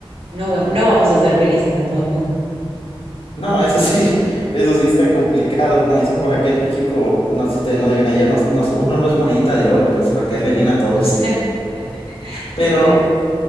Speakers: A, on the right (about 75°); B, on the left (about 75°).
A: no, va- no vamos a ser felices a todo el mundo.
B: No, eso sí, eso sí está complicado. Como dicen por acá en México, no sé si te no digan allá, no- no- uno no es monedita de oro, pues para caerle bien a todos.
A: <laughs>
B: Pero,
A: Claro.